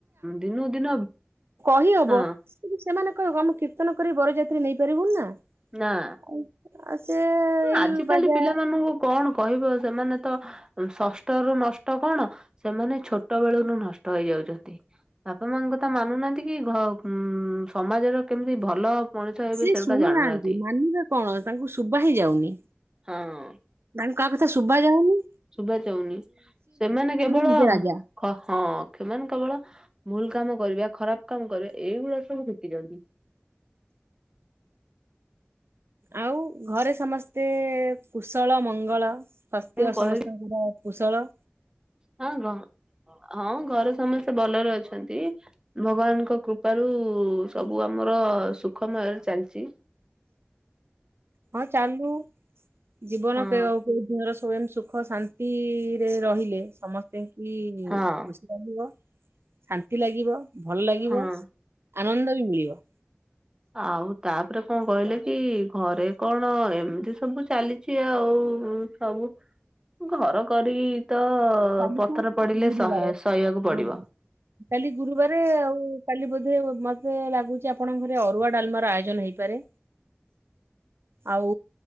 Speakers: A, on the right (about 20°); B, on the right (about 80°).
A: ଦିନକୁ ଦିନ
B: କହି ହବ।
A: ହଁ
B: ସେମାନେ କହିବ ଆମେ କୀର୍ତ୍ତନ କରି ବରଯାତ୍ରୀ ନେଇପାରିବୁନି ନା।
A: ନାଁ।
B: ଆଉ ଆଉ ସେ ଏଇ
A: ଆଜିକାଲି
B: ବାଜା
A: ପିଲାମାନଙ୍କୁ କଣ କହିବ ସେମାନେ ତ ଷଷ୍ଠ ରୁ ନଷ୍ଟ କଣ ସେମାନେ ଛୋଟ ବେଳରୁ ନଷ୍ଟ ହେଇଯା ଉଛନ୍ତି ବାପା ମାଙ୍କ କଥା ମାନୁନାହାନ୍ତି କି <inaudible> ସମାଜର କେମିତି ଭଲ ମଣିଷ ହେବେ
B: ସେ
A: ସେଗୁଟା
B: ଶୁଣୁନାହାନ୍ତି
A: ଜାଣୁନାହାନ୍ତି
B: ମାନିବେ କଣ ତାଙ୍କୁ ଶୁବା ହିଁ ଯାଉନି।
A: ହଁ।
B: ତାଙ୍କୁ କାହା କଥା ଶୁଭ ଯାାଉନି।
A: ଶୁବା ଯାଉନି ସେମାନେ କେବଳ
B: ନିଜେ ରାଜା।
A: ହଁ ସେମାନେ କେବଳ ଭୁଲ କାମ କରିବା ଖରାପ କାମ କରିବା ଏଇଗୁଡା ସବୁ ଶଖିଛନ୍ତି । <inaudible>
B: ଆଉ ଘରେ ସମସ୍ତେ କୁଶଳ ମଙ୍ଗଳ। ସ୍ୱାସ୍ଥ୍ୟ
A: କଣ କହିବି
B: ସମସ୍ତଙ୍କର କୁଶଳ।
A: <inaudible> ହଁ ଘରେ ସମସ୍ତେ ଭଲରେ ଅଛନ୍ତି ଭଗବାନଙ୍କ କୃପାରୁ ସବୁ ଆମ ମୋର ସୁଖମୟରେ ଚାଲିଛି।
B: ହଁ ଚାଲୁ ଜୀବନ
A: ହଁ
B: ଆଉ କୋଉ ଦିନର ସୋୟଂଗ ସୁଖ ଶାନ୍ତିରେ ରହିଲେ ସମସ୍ତେଙ୍କୁ ଖୁସି
A: ହଁ
B: ଲାଗିବ। ଶାନ୍ତି ଲାଗିବ ଭଲ ଲାଗିବ
A: ହଁ।
B: ଆନନ୍ଦ ବି ମିଳିବ।
A: ଆଉ। ତାପରେ କଣ କହିଲେ କି ଘରେ କଣ ଏମିତି ସବୁ ଚାଲିଛି ଆଉ ସବୁ ଘର କରି ତ
B: କାଲି
A: ପଥର
B: ତ
A: ପଡିଲେ
B: ଗୁରୁବାର
A: ଶହେ ସଇିବାକୁ ପଡିବ।
B: ହଁ, କାଲି ଗୁରୁବାର ଆଉ କାଲି ବ ମତେ ଲାଗୁଚ ଆପଣଙ୍କ ଘରେ ଅରୁଆ ଡାଲମା ର ଆୟୋଜନ ହେଇପାରେ। ଆଉ